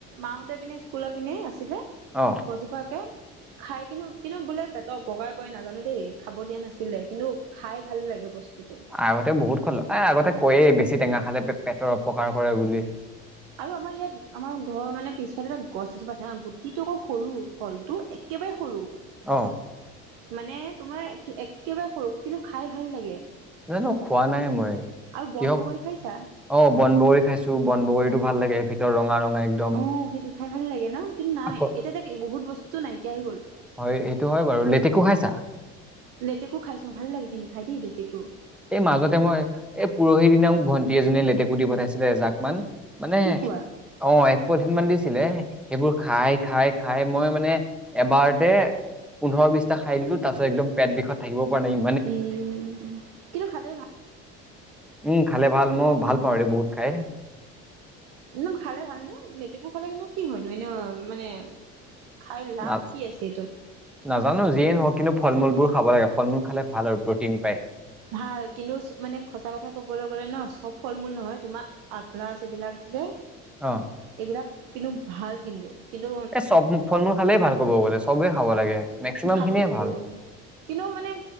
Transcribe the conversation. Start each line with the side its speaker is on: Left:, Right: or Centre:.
Right: মাহঁতে পিনে স্কুলৰ পিনে আছিলে।
Centre: অ
Right: গছজোপা একে খাই কিন্তু, কিন্তু বোলে পেটৰ অপকাৰ কৰে নাজানো দেই খাব দিয়া নাছি লে কিন্তু খাই ভাল লাগে বস্তুটো।
Centre: আগতে বহুত খালোঁ। এ, আগতে কয়েই বেছি টেঙা খালে পে-পেটৰ অপকাৰ কৰে বুলি।
Right: আৰু আমাৰ ইয়াত আমাৰ ঘৰৰ মানে পিছফালেএটা গছ এজোপা আছে হা' গুটিটো আকৌ সৰু ফলটো একেবাৰে সৰু।
Centre: অ'।
Right: মানে তোমাৰ একেবাৰে সৰু কিন্তু খাই ভাল লাগে।
Centre: জানো খোৱা নাই মই,
Right: আৰু বন
Centre: কিয়
Right: বগৰী খাইছা
Centre: অ', বন বগৰী খাইছোঁ, বন বগৰীতো ভাল লাগে। ভিতৰত ৰঙা, ৰঙা একদম
Right: অ', সেইটো খাই ভাল লাগে ন, কিন্তু নাই
Centre: আকৌ
Right: এতিয়া যে বহুত বস্তু নাইকিয়া হৈ গ'ল।
Centre: হয়, সেইটো হয়, বাৰু। লেটকো খাইছা?
Right: লেতেকু খাইছোঁ। ভাল লাগে কিন্তু খাই দেই লেতেকু।
Centre: এই মাজতে মই এই পৰহি দিনা মোক ভণ্টি এজনীয়ে, লেটেকু দি পঠাইছিলে এজাক মান- মানে
Right: কি কোৱা
Centre: অ', এক পলিথিন মান দিছিলে সেইবোৰ খাই, খাই, খাই মই মানে এবাৰতে পোন্ধৰ বিশটা খাই দিলোঁ, তাৰপিছত একদম পেট বিষত থাকিব পৰা নাই ই
Right: ইহ, কিন্তু খাই পেলাই ভাল
Centre: উম, খালে ভাল মই ভাল পাওঁ আৰু বহুত খাই।
Right: একদম খালে ভালনে? লেতেকু খালে কিন্তু কি হয়নো এনে মানে খাই লাভ
Centre: না
Right: কি আছে এইটোত?
Centre: নাজানো যিয়েই নহওঁক, কিন্তু ফলমূলবোৰ খাব লাগে। ফলমূল খালে ভাল আৰু প্ৰ'টিন পায়।
Right: ভাল কিন্তু মানে সঁচা কথা ক'বলৈ গ'লে ন, চব ফলমূল নহয়, তোমাক আটলাছ এইবিলাক যে
Centre: অ'।
Right: এইবিলাক কিন্তু ভাল কিন্তু, কিন্তু
Centre: এই চব ফলমূল খালেইে ভাল ক'ব গ'লে চবেই খাব লাগে। মেক্সিমাম
Right: খাবতো
Centre: খিনিয়ে
Right: চবেই
Centre: ভাল
Right: লাগে, কিন্তু মানে